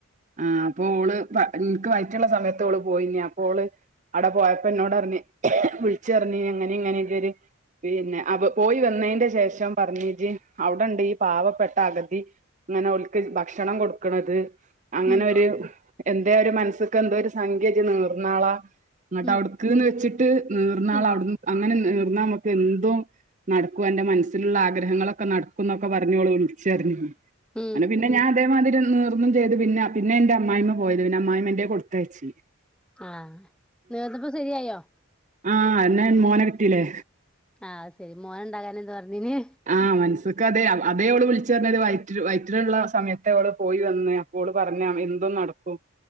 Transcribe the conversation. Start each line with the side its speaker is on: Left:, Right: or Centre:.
Right: ആ അപ്പ ഓള് എനക്ക് വായിറ്റുള്ള സമയത്ത് ഓള് പോയിന്ന അപ്പോ ഓള് അടെ പോയപ്പോ എന്നോടറിഞ്ഞ് വിളിച്ചറഞ്ഞ്‌ അങ്ങനെ ഇങ്ങനെ ഇത് ഒരു പിന്നെ അവ പോയി വന്നതിന്റെ ശേഷം പറഞ്ഞജ് അവിടെണ്ട് ഈ പാവപ്പെട്ട അഗതി ഇങ്ങനെ അവക്ക് ഓൾക്ക് ഭക്ഷണം കൊടുക്കണത് അങ്ങനെ
Centre: ഉം
Right: ഒരു എന്താ ഒരു മനസ്സക്ക് എന്തോ ഒരു സംഖ്യ ജ് നീർന്നാളാ എന്നിട്ട്
Centre: ഉം
Right: അവിടുക്ക്ന്ന് വെച്ചിട്ട് ട്ട് നീർന്നാള
Centre: ഉം
Right: അവിടു അങ്ങനെ നീർന്നാ നമക്ക് എന്തോ നടക്കും അന്റെ മനസ്സിലുള്ള ആഗ്രഹങ്ങളൊക്കെ നടക്ക നൊക്കെ പറഞ്ഞോളു ഒച്ചതെരിഞ്.
Centre: ഉം
Right: അനെ പിന്നെ ഞാൻ അതേമാതിരി നീർന്നും ചെയ്ത് പിന്നെ പിന്നെ എന്റെ അമ്മായിമ്മ പോയത് പിന്നെ അമ്മായിമ്മ എന്റെ കൊടുത്തയച്ചു
Centre: ആഹ നെർന്നപ്പോ ശരിയായോ?
Right: ങാ എന്നാ മോനെ കെട്ടീല്ലേ.
Centre: അത് ശെരി മോന ഉണ്ടകാന എന്തു പറഞ്ഞെ നിന്നെ
Right: ആഹ് മനസ്സക്ക് അതെ. അതെ ഓള് വിളിച്ചു പറഞ്ഞത് വയറ്റി വയറ്റിലള്ള സമയത്ത് പോയി വന്ന അപ്പോടള് പറഞ്ഞെ എന്തും നടക്കും.